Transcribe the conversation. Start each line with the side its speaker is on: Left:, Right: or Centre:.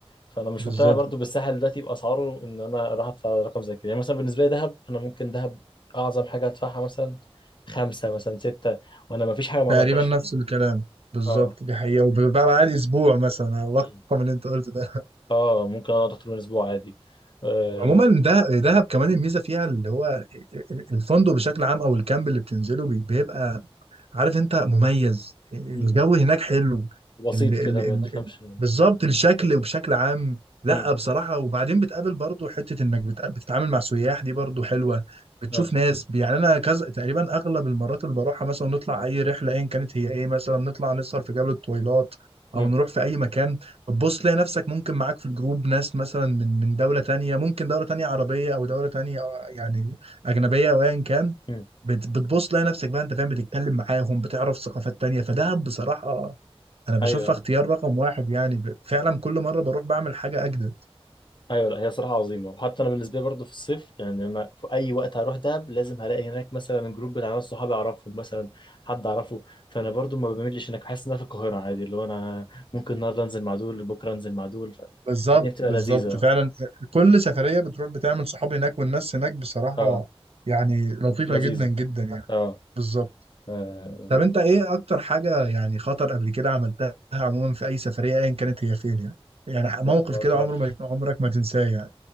Left: فانا مش
Right: بالظبط
Left: مقتنع برضو بالساحل دلوقتي باسعاره ان انا اروح ادفع رقم زي كده يعني مثلا بالنسبه لي دهب انا ممكن دهب اعظم حاجه ادفعها مثلا خمسه مثلا سته وانا ما فيش حاجه ما
Right: تقريبا
Left: عملتهاش
Right: نفس
Left: فيه
Right: الكلام بالظبط
Left: اه
Right: دي حقيقة وبقى بعد أسبوع مثلا على الرقم
Left: مم.
Right: اللي أنت قلته ده
Left: اه ممكن اقعد اكتر من اسبوع عادي آه.
Right: عموما ده دهب كمان الميزة فيها اللي هو الفندق بشكل عام أو الكامب اللي بتنزله بي- بيبقى عارف انت مميز الجو
Left: مم.
Right: هناك حلو
Left: بسيط
Right: ال ال
Left: كده ما تفهمش
Right: ال بالظبط الشكل وبشكل عام لا
Left: مم.
Right: بصراحة وبعدين بتقابل برضو حتة انك بتق- بتتعامل مع سياح دي برضو حلوة بتشوف
Left: اه
Right: ناس يعني انا كذا تقريبا اغلب المرات اللي بروحها مثلا نطلع اي رحلة ايا كانت هي ايه مثلا نطلع نسهر في جبل الطويلات
Left: مم.
Right: او نروح في اي مكان بتبص تلاقي نفسك ممكن معاك في الجروب ناس مثلا من من دولة تانية ممكن دولة تانية عربية او دولة تانية يعني اجنبية او ايا كان
Left: مم.
Right: بت- بتبص تلاقي نفسك بقى انت فاهم بتتكلم معاهم بتعرف ثقافات تانية فدهب بصراحة انا بشوفها
Left: ايوه
Right: اختيار رقم واحد يعني ب- فعلا كل مرة بروح بعمل حاجة اجدد
Left: ايوه لا هي صراحه عظيمه وحتى انا بالنسبه لي برضه في الصيف يعني انا في اي وقت هروح دهب لازم هلاقي هناك مثلا جروب بتاع ناس صحابي اعرفهم مثلا حد اعرفه فانا برضه ما بميلش هناك بحس ان انا في القاهره عادي اللي هو انا ممكن النهارده انزل مع دول بكره انزل مع دول ف-
Right: بالظبط
Left: الدنيا بتبقى
Right: بالظبط
Left: لذيذه اه
Right: فعلا كل سفرية بتروح بتعمل صحاب هناك والناس هناك بصراحة
Left: آه،
Right: يعني لطيفة
Left: لذيذه
Right: جدا جدا يعني
Left: اه
Right: بالظبط
Left: آه،
Right: طب انت ايه اكتر حاجة يعني خطر قبل كده عملتها عموما في اي سفرية ايا كانت هي فين يعني يعني
Left: حاجه
Right: موقف
Left: خطر
Right: كده عمره ما عمرك ما تنساه يعني